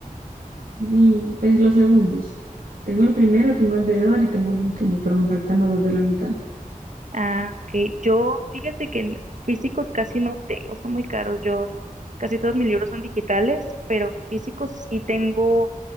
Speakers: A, on the right (about 75°); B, on the right (about 60°).
A: y, pues los segundos. Tengo el primero, tengo el de Edward y tengo el último, pero me faltan los dos de la mitad.
B: Ah, ok. Yo, fíjate que en físicos casi no tengo, son muy caros. Yo, casi todos mis libros son digitales, pero físicos sí tengo